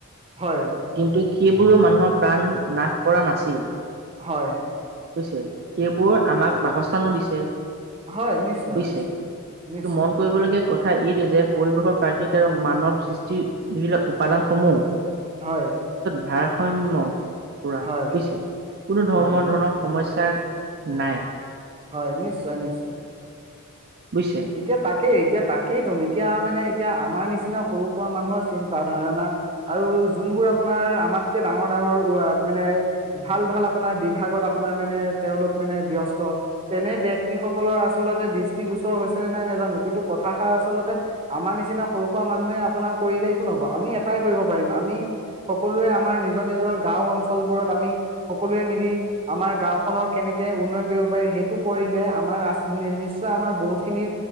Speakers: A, on the right; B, on the right.
A: হয়।
B: কিন্তু সেইবোৰো মানুহৰ প্ৰাণ নাশ কৰা নাছিল।
A: হয়।
B: বুইছে, সেইবোৰ আমাক বাসস্থানো দিছে।
A: হয় নিশ্চয়,
B: বুজিছে।
A: নিশ্চয়,
B: কিন্তু
A: নিশ্চয়,
B: মন কৰিবলগীয়া কথা এইটোৱে যে পৰিৱেশৰ প্ৰাকৃতি আৰু মানৱ সৃষ্টিৰ যিবিলাক উপাদানসমূহ-
A: হয়।
B: ভাৰাসাম্য- পুৰা
A: হয়,
B: হৈছে। কোনো ধৰ্মৰ
A: হয়,
B: ধৰণৰ- সমস্যা নাই।
A: হয় নিশ্চয়, নিশ্চয়।
B: বুজিছে।
A: এতিয়া তাকে- এতিয়া তাকেইতো, এতিয়া মানে <unintelligible> এতিয়া আমাৰ নিচিনা সৰু সুৰা মানুহৰ চিন্তা ধাৰণা আৰু যোনবোৰ আপোনাৰ আমাতকে ডাঙৰ ডাঙৰ মানে ভাল ভাল আপোনাৰ বিভাগত আপোনাৰ মানে তেওঁলোক মানে ব্যস্ত তেনে ব্যক্তিসকলৰ আচলতে দৃষ্টিগোচৰ হৈছে <unintelligible> সকলোৱে মিলি আমাৰ- গাঁওখনৰ কেনেকৈ উন্নয়ন কৰিব পাৰি সেইটো কৰিলে আমাৰ নিশ্চয় আমাৰ বহুতখিনি